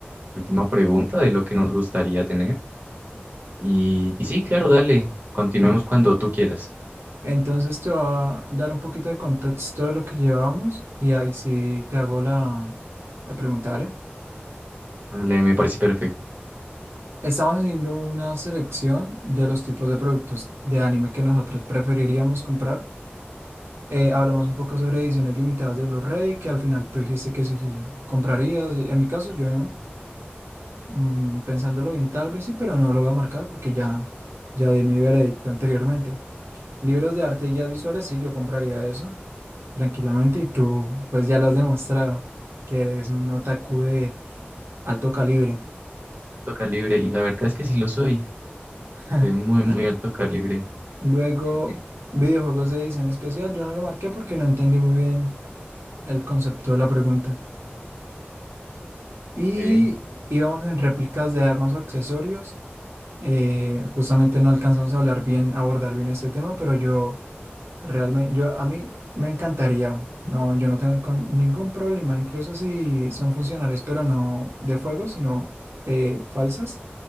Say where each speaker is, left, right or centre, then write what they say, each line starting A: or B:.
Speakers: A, on the right; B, on the right.
A: última pregunta de lo que nos gustaría tener. Y, y sí, claro, dale, continuemos cuando tú quieras.
B: Entonces te voy a dar un poquito de contexto de lo que llevábamos y ahí sí te hago la, la pregunta, ¿vale?
A: Dale, me parece perfecto.
B: Estamos haciendo una selección de los tipos de productos de anime que nosotros preferiríamos comprar. Eh, hablamos un poco sobre ediciones limitadas de Blu-ray, que al final tú dijiste que sí comprarías. En mi caso, yo no. Mm, pensándolo bien, tal vez sí, pero no lo voy a marcar porque ya, ya di mi veredicto anteriormente. Libros de arte y guías visuales, sí, yo compraría eso tranquilamente y tú, pues ya lo has demostrado, que eres un otaku de alto calibre.
A: Alto calibre, y la verdad es que sí lo soy,
B: <laughs>
A: de muy, muy alto calibre.
B: Luego,
A: <laughs>
B: videojuegos de edición especial, yo no lo marqué porque no entendí muy bien el concepto de la pregunta. Y
A: Ok,
B: íbamos en réplicas de armas o accesorios. eh, justamente no alcanzamos a hablar bien, a abordar bien este tema, pero yo Realmente, yo a mí me encantaría. No, yo no tengo con- ningún problema, incluso si son funcionales, pero no de fuego, sino eh, falsas.